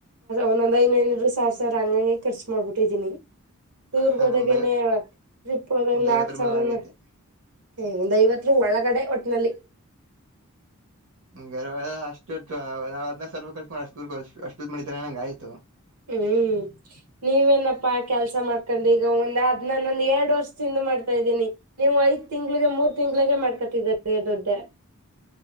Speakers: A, on the right; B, on the right.
A: ಒಂದೊಂದ ಐದನೈನೂರು ಸಾವಿರ ಸಾವಿರ ಹಂಗಂಗೆ ಖರ್ಚು ಮಾಡ್ಬಿಟ್ಟಿದೀನಿ ಟೂರ್
B: ಹಂಗ
A: ಹೋದಾಗ
B: ಒಂದ್ ಐ
A: ನೆ ಟ್ರಿಪ್ ಹೋದಾಗ
B: ಒಂದ್
A: ನಾಕ
B: ಐವತ್ತರ
A: ಸಾವಿರ
B: ಮೇಲೆ ಆಗೈತೆ
A: ಏ ಒಂದಐವತ್ರ ಒಳಗಡೆ ಒಟ್ಟಿನಲ್ಲಿ <inaudible>
B: ಗರವ ಅಷ್ಟ ನಾವ್ ಹದಿನನಾ ಸಾವಿ ರೂಪ ಕರ್ಕಿ ಅಷ್ಟು ಅಷ್ಟೊ್ ಮಣಿಿದ ನಂಗ ಆ್ತು
A: ಹ್ಮ್ ನೀವೇನಪ್ಪಾ ಕೆಲ್ಸ ಮಾಡ್ಕೊಂಡು ಈಗ ಒಂದ್ ಹದ್ ನಾನೊಂದ್ ಎರಡು ವರ್ಷ ತಿಿಂದ ಮಾಡ್ತಾ ಇದ್ದೀನಿ ನೀವು ಐದ್ ತಿಂಗ್ಳಿಗೆ ಮೂರ್ ತಿಂಗ್ಳಿಗೆ ಮಾಡ್ಕೊತಿದ್ದೀರ ದುಡ್ಡೇ